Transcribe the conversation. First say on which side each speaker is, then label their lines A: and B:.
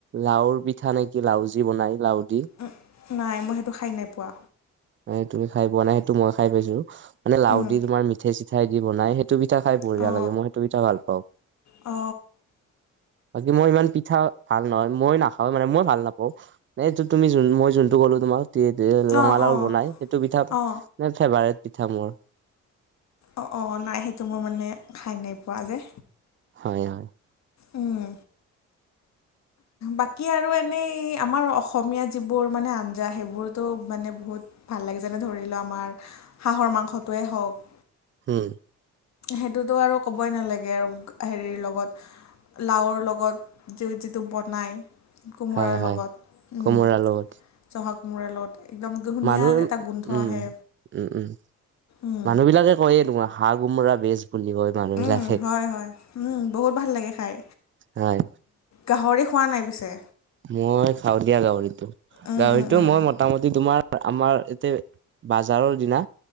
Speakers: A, on the right; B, on the left.
A: লাওৰ পিঠা নে কি মলাও যি বনাই লাও দি?
B: <unintelligible> নাই মই সেইটো খাই নাই পোৱা।
A: নাই তুমি খাই পোৱা নাই সেইটো মই খাই পাইছোঁ, মানে লাও
B: উম
A: দি তোমাৰ মিঠাই চিঠাই দি বনাই সেই টো পিঠা খাই বঢ়িয়া
B: অ
A: লাগে মই সেইটো পিঠা ভাল পাওঁ।
B: অ
A: বাকী মই ইমান পিঠা ভাল নহয় মই নাখাওঁ মানে মই ভাল নাপাওঁ। এইটো তুমি যোন মই যোনটো ক'লো তোমাক <unintelligible> ৰঙালাও
B: অ অ
A: বনাই সেইটো পিঠা
B: অ
A: ফেভাৰেট পিঠা মোৰ।
B: অ', অ', নাই সেইটো মোৰ মানে খাই নাই পোৱা যে।
A: হয়, হয়।
B: উম। বাকী আৰু এনেই আমাৰ অসমীয়া যিবোৰ মানে আঞ্জা সেইবোৰতো মানে বহুত ভাল লাগে যেনে ধৰি লও আমাৰ হাঁহৰ মাংসটোৱে হওক।
A: হম।
B: সেইটোতো আৰু ক'বই নালাগে আৰু হেৰিৰ লগত লাওৰ লগত যি-যিটো বনায় কোমোৰাৰ
A: হয় হয়
B: লগত উম,
A: কোমোৰা লগত
B: জহা কোমোৰাৰ লগত। একদম ধুনীয়া
A: মানুহ
B: এটা গোন্ধ
A: উম,
B: আহে
A: উম, উম,
B: উম
A: মানুহ বিলাকে কয়ে তোমাৰ হাঁ কোমোৰা বেজ বুলি কয় মানুহ
B: উম,
A: বিলাকে
B: হয় হয়। উম, বহুত ভাল লাগে খাই।
A: হয়
B: গাহৰি খোৱা নাই পিছে?
A: মই খাওঁ দিয়া গাহৰিতটো,
B: উম
A: গাহৰিত
B: উম
A: টো
B: উম
A: মই মোটামুটি তোমাৰ আমাৰ এতে বাজাৰৰ দিনা